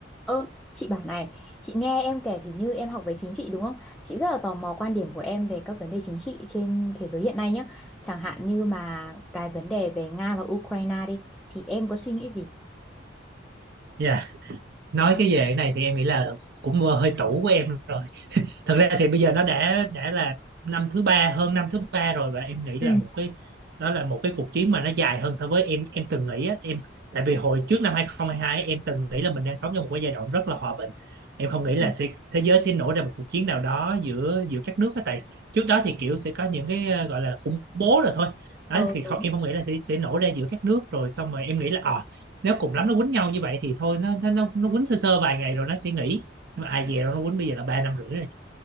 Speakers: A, in the centre; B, on the right.
A: Ơ, chị bảo này, chị nghe em kể thì như em học về chính trị đúng không? Chị rất là tò mò quan điểm của em về các vấn đề chính trị trên thế giới hiện nay nhé. Chẳng hạn như mà cái vấn đề về Nga và Ukraine đi, thì em có suy nghĩ gì?
B: Dạ, Nói cái về cái này thì em nghĩ là cũng vừa hơi tủ của em thật ra thì bây giờ nó đã đã là năm thứ ba hơn năm thứ ba rồi và em nghĩ là
A: Ừ.
B: một cái đó là một cái cuộc chiến mà nó dài hơn so với em em từng nghĩ á em tại vì hồi trước năm 2022 em từng nghĩ là mình đang sống trong một cái giai đoạn rất là hòa bình em không nghĩ là
A: ừ.
B: sẽ thế giới sẽ nổ ra một cuộc chiến nào đó giữa giữa các nước á tại trước đó thì kiểu sẽ có những cái ờ, gọi là khủng bố rồi thôi đấy
A: Ờ
B: thì
A: đúng.
B: không, em không nghĩ là sẽ sẽ nổ ra giữa các nước rồi xong rồi em nghĩ là ờ nếu cùng lắm nó quýnh nhau như vậy thì thôi nó nó nó nó quýnh sơ sơ vài ngày rồi nó sẽ nghỉ nhưng mà ai
A: Ừ.
B: về đâu nó quýnh bây giờ là ba năm rưỡi rồi